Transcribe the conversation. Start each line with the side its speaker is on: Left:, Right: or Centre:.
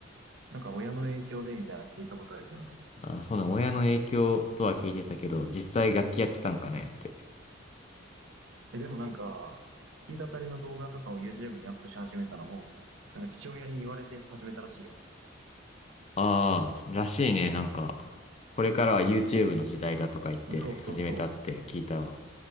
Right: なんか親の影響でみたいな聞いたことあるけどね。
Left: あ、そうなん、親の影響とは聞いてたけど、実際楽器やってたんかねって。
Right: え、でもなんか、弾き語りの動画とかを YouTube にアップし始めたのも、なんか父親に言われて始めたらしいよ。
Left: ああ、らしいね。なんか、これからは YouTube の時代だとか言って始めたって聞いたわ。
Right: そうそうそ